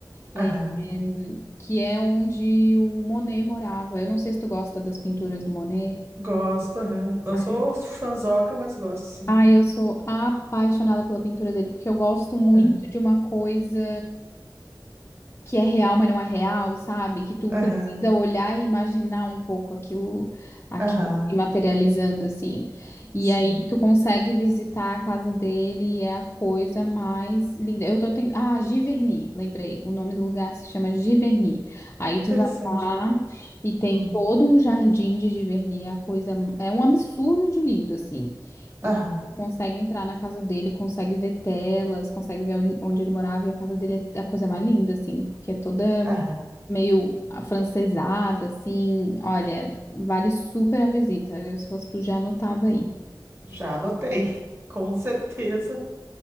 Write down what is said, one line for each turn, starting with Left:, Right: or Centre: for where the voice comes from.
Left: é,
Right: aham.
Left: é, que é onde o Monet morava. Eu não sei se tu gosta das pinturas do Monet.
Right: Gosto, aham. Não
Left: Ai,
Right: sou
Left: eu
Right: fanzoca, mas gosto, sim.
Left: ai, eu sou apaixonada pela pintura dele, porque eu gosto muito
Right: Aham,
Left: de uma coisa... que é real, mas não é real, sabe? Que tu
Right: aham,
Left: precisa olhar e imaginar um pouco aquilo, aquilo
Right: aham,
Left: se materializando assim. E
Right: sim.
Left: aí tu consegue visitar a casa dele e é a coisa mais linda. Eu tô tentando... Ah, Giverny, lembrei. O nome do lugar se chama Giverny. Aí
Right: Que
Left: tu
Right: interessante.
Left: vai lá e tem
Right: Uhum.
Left: todo um jardim de Giverny, é a coisa é um absurdo de lindo assim.
Right: Aham,
Left: Tu consegue entrar na casa dele, consegue ver telas, consegue ver on- onde ele morava, e a casa dele é a coisa mais linda, assim, porque é toda
Right: aham.
Left: meio afrancesada, assim. Olha, vale super a visita. Eu, Se fosse tu, já anotava aí.
Right: Já anotei. <laughs> Com certeza.